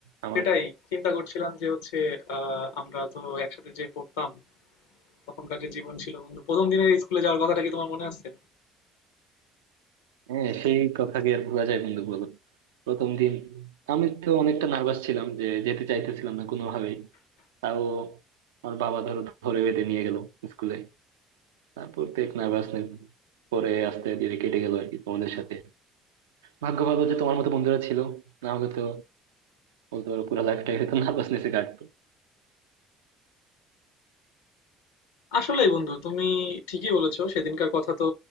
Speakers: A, on the right; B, on the left.
A: আমার
B: সেটাই চিন্তা করছিলাম যে হচ্ছে আহ আমরা তো একসাথে যে পড়তাম তখনকার যে জীবন ছিল বন্ধু প্রথম দিনের স্কুলে যাওয়ার কথাটা কি তোমার মনে আছে
A: হ্যাঁ সেই কথা কি আর ভোলা যায় বন্ধু বলো প্রথম দিন আমি তো অনেকটা নার্ভাস ছিলাম যে যেতে চাইতেছিলাম না কোনোভাবেই তাও আমার বাবা ধরো ধরে বেঁধে নিয়ে গেল স্কুলে তারপর তো এক নার্ভাসনেস পরে আস্তে ধীরে কেটে গেল আর কি তোমাদের সাথে ভাগ্য ভালো যে তোমার মতো বন্ধুরা ছিল না হলে তো বলতে পারো পুরো লাইফটাই হয়তো নার্ভাসনেসে কাটতো
B: আসলেই বন্ধু তুমি ঠিকই বলেছো সেদিনকার কথা তো